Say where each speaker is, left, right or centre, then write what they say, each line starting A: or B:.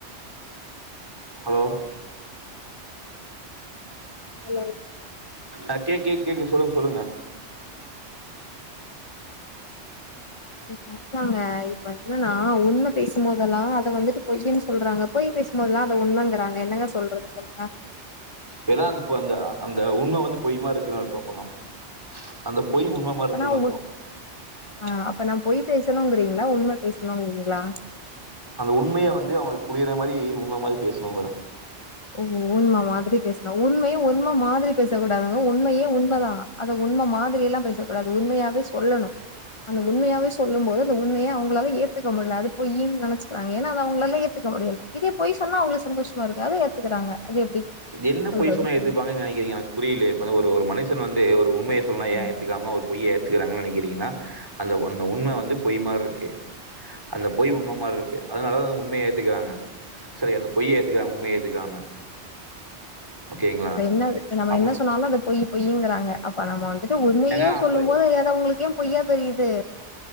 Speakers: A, on the right; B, on the left.
A: ஹலோ
B: ஹலோ
A: ஆ கேக் கேக் கேக்கு சொல்லுங்க சொல்லுங்க
B: <unintelligible> ங்க இப்ப வந்து நா உண்ம பேசும் போதெல்லா அத வந்துட்டு பொய்ன்னு சொல்றாங்க பொய் பேசு மோதல்லா அத உண்மங்குறாங்க என்னங்க சொல்றது சொல்லுங்க
A: ஏன்னா அந்த பொ அந்த அந்த அந்த உண்ம வந்து பொய் மாரி இருக்குன்னு அர்த்த அப்பனா அந்த பொய் உண்மைம
B: அப்பனா
A: மாரி இருக்குன்னு அர்த்த
B: உ ஆ அப்ப நா பொய் பேசணுங்கிறீங்களா உண்ம பேசணுங்கீங்களா
A: அந்த உண்மைய வந்து அவுங்களுக்கு புரியிற மாரி உண்ம மாரி பேசணுங்குறே
B: ஓ உண்மா மாதிரி பேசனு உண்மைய உண்ம மாதிரி பேசக்கூடாதுங்க உண்மையே உண்மதா அது உண்ம மாதிரியல்லா பேச கூடாது உண்மையாவே சொல்லனு அந்த உண்மையாவே சொல்லும் போது அந்த உண்மைய அவுங்களால ஏத்துக்க முல்ல அது பொய்யின் நெனச்சிக்கிறாங்க ஏன்னா அது அவுங்களால ஏத்துக்க முடில இதே பொய் சொன்னா அவுங்களு சந்தோஷமா இருக்காரு ஏத்துக்குறாங்க அது எப்டி
A: என்ன
B: சொல்றது
A: பொய் சொன்னா ஏத்துப்பாங்கன்னு
B: சொல்லுங்க?
A: நெனக்கிறீங்க எனக்கு புரியலயே இப்பனா ஒரு ஒரு மனுஷன் வந்து ஒரு உண்மைய சொ சொன்னா ஏ
B: ம்.
A: ஏத்துக்காம ஒரு பொய்ய ஏத்துக்குறாங்கன்னு நெனக்கிறீங்கன்னா அந்த அந்த உண்ம வந்து பொய் மாரி இருக்கு அந்த பொய் உண்ம மாரி இருக்கு அதனாலதா அந்த உண்மைய ஏத்துக்கிறாங்க சரி அந்த பொய் ஏத்துக்குறாங்க உண்மைய ஏத்துக்காம ஓகேங்களா?
B: இப்ப என்னது நம்ம
A: அப்ப
B: என்ன சொன்னாலு அது பொய் பொய்ங்றாங்க அப்ப நம்ம வந்துட்டு உண்மயே
A: ஏங்க
B: சொல்லும்
A: அப்ப
B: போது அது அவுங்களுக்கு ஏ பொய்யா தெரியுது